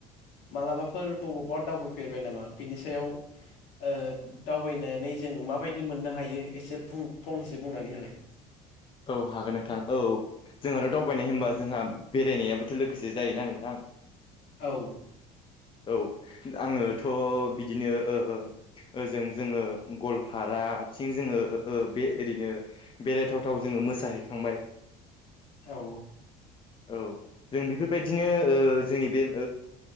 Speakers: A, on the left (about 70°); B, on the left (about 30°).
A: मालाबाफोर बबावबा दावबायफेरबाय नामा बिनि सायाव ओ दावबायनानै जों। माबायदि मोननो हायो एसे बु फंनैसो बुंनानै होलाय
B: औ हागोन नोंथां औ जोंहाथ दावबायनाय होनबा जोंहा बेरायनायाबोथ लोगोसे जायोना नोंथां
A: अऔ।
B: औ आङोथ बिदिनो ओ ओजों जोंङो गवालपारा थिं जोङो बे ओरैनो बेरायथावथाव जोङो मोसाहैखांबाय।
A: औ
B: औ जों बेफोरबायदिनो ओ जोंनि बे